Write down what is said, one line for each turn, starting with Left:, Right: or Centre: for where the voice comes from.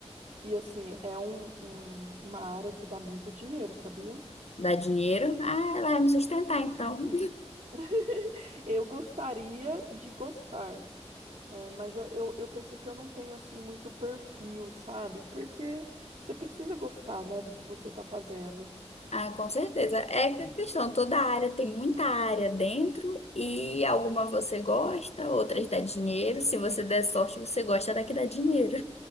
Right: e assim, é um, um- uma área que dá muito dinheiro, sabia?
Left: Dá dinheiro? Ah, ela vai me sustentar então.
Right: <laughs> Eu gostaria de gostar, é, mas eu, eu eu penso que eu não tenho assim muito perfil, sabe? Porque você precisa gostar, né, do que você está fazendo.
Left: Ah, com certeza. É que a questão, toda área tem muita área dentro e alguma você gosta, outras dá dinheiro. Se você der sorte, você gosta da que dá dinheiro.